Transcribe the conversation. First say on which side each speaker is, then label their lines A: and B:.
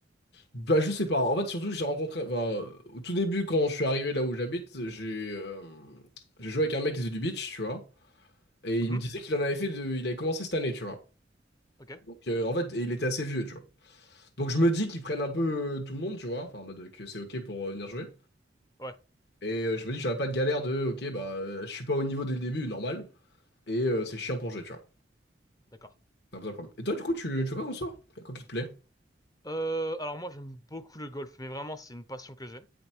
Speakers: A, on the left (about 60°); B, on the left (about 20°).
A: bah je sais pas. En fait, surtout, j'ai rencontré, enfin, au tout début, quand je suis arrivé là où j'habite, j'ai euh, j'ai joué avec un mec qui faisait du beach, tu vois. Et
B: Mhm.
A: il me disait qu'il en avait fait de, il avait commencé cette année, tu vois.
B: Ok.
A: Donc, euh, en fait, et il était assez vieux, tu vois. Donc je me dis qu'ils prennent un peu euh, tout le monde, tu vois, enfin en mode que c'est ok pour euh, venir jouer.
B: Ouais.
A: Et euh, je me dis que j'aurais pas de galère de ok bah euh, je suis pas au niveau dès le début, normal. Et euh, c'est chiant pour jouer, tu vois.
B: D'accord.
A: C'est un peu ça le problème. Et toi du coup tu, tu fais quoi comme sort? Quoi qui te plaît?
B: Euh, alors moi, j'aime beaucoup le golf, mais vraiment, c'est une passion que j'ai.